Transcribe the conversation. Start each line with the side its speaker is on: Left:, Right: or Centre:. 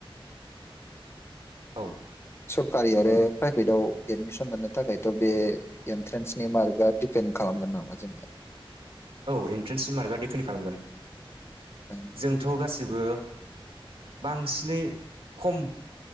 Right: ओ औ
Left: सरखारि आरो प्राइभेटाव एदमिसन मोननो थाखायथ' बे एन्ट्रेन्सनि मार्कआ दिडिपेन्ड खालामगोन नामा जोंनिया
Right: औ इन्ट्रेन्सनि मार्कआ डिफिन खालामगोन।
Left: नों
Right: जोंथ गासिबो बांसिनै खम